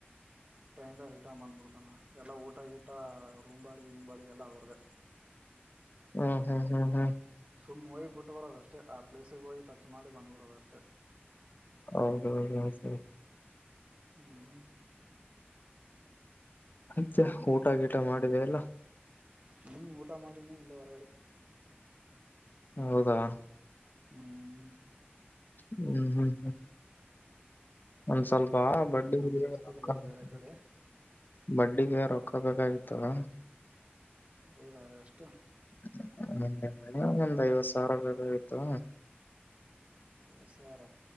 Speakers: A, on the right (about 35°); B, on the left (about 50°).
A: ಟ್ರೈನ್ ರಿಟರ್ನ್ ಬಂದ್ಬಿಡ್ತಾನ ಎಲ್ಲಾ ಊಟ ಗೀಟ ರೂಮ್ ಬಾಡಿಗೆ ಗೀಮ್ ಬಾಡಿಗೆ ಎಲ್ಲ ಅವರದೇ.
B: ಹ್ಮ್ ಹ್ಮ್ ಹ್ಮ್ ಹ್ಮ್
A: ಸುಮ್ಮ್, ಹೋಗಿ ಬಿಟ್ಟು ಬರೋದಷ್ಟೇ ಆ ಪ್ಲೇಸಿಗೆ ಹೋಗಿ ಟಚ್ ಮಾಡಿ ಬಂದ್ಬಿಡೋದಷ್ಟೇ.
B: ಹೌದಹೌದಹೌದು
A: ಹ್ಮ್
B: ಆಯ್ತಾ, ಊಟ ಗಿಟ ಮಾಡ ಮಾಡಿದ್ಯಾ ಇಲ್ಲ
A: ಹ್ಮ್, ಊಟ ಮಾಡಿನೇ ಇಲ್ಲ ಹೊರಗಡೇ
B: ಹೌದಾ
A: ಹ್ಮ್.
B: ಹ್ಮ್ ಹ್ಮ್ ಒಂದ್ ಸ್ವಲ್ ಪ ಬಟ್ <unintelligible>
A: ನಮ್ ದೋಸ್ತ ಇದ್ರು ಬೇರೆ ಕಡೆ
B: ಬಡ್ಡಿಗೆ ರೊಕ್ಕ ಬೇಕಾಗಿರ್ತದ.
A: ಹೌದಾ ಎಷ್
B: <unintelligible> ಒಂದ್ ಐವತ್ ಸಾವ್ರ ಬೇಕಾಗಿತ್ತಾ?
A: ಐವತ್ ಸಾವ್ರ